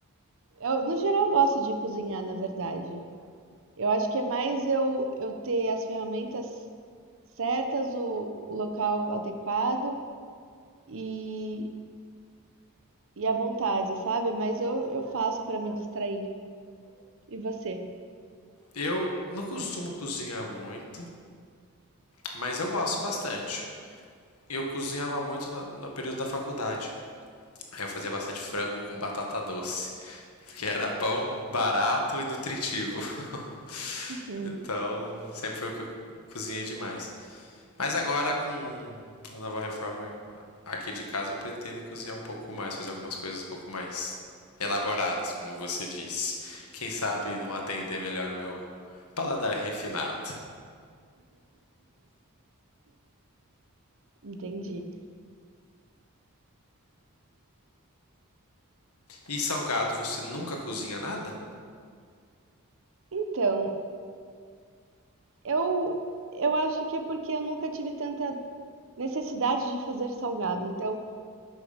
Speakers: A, on the right (about 60°); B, on the left (about 80°).
A: Eu, no geral, eu gosto de cozinhar, na verdade. Eu acho que é mais eu, eu ter as ferramentas certas, o, o local adequado e, e a vontade, sabe? Mas eu, eu faço para me distrair. E você?
B: Eu não costumo cozinhar muito, mas eu gosto bastante. Eu cozinhava muito na- no período da faculdade. Aí eu fazia bastante frango com batata doce, que era bom, barato e nutritivo. <laughs>
A: <laughs>
B: então, sempre foi o que eu cozinhei demais. Mas agora, com a nova reforma aqui de casa, eu pretendo cozinhar um pouco mais, fazer algumas coisas um pouco mais elaboradas, como você disse. Quem sabe
A: Hum,
B: não atender melhor o meu paladar refinado.
A: Entendi.
B: E salgado, você nunca cozinha nada?
A: Então, eu, eu acho que é porque eu nunca tive tanta necessidade de fazer salgado. Então,